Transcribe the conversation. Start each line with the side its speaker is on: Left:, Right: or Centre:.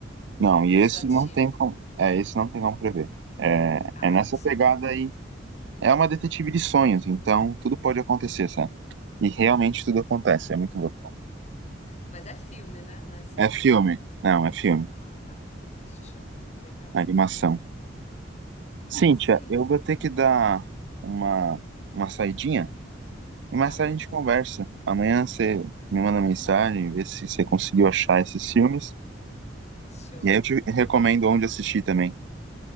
Right: Não, e
Left: cansativo.
Right: esse não tem como, é, esse não tem como prever. É,
Left: Ah,
Right: é nessa
Left: isso
Right: pegada
Left: é bom.
Right: aí. É uma detetive de sonhos, então tudo pode acontecer, sabe? E realmente tudo acontece, é muito louco.
Left: Mas é filme, né? Não é série.
Right: É filme. Não, é filme.
Left: Ah, tá. Show. Legal.
Right: Animação. Cíntia,
Left: Sim.
Right: eu vou ter que dar uma, uma saidinha e mais
Left: Tá
Right: tarde
Left: bom.
Right: a gente conversa. Amanhã você me manda mensagem, vê se você conseguiu achar esses filmes.
Left: Show.
Right: E aí eu te recomendo onde assistir também.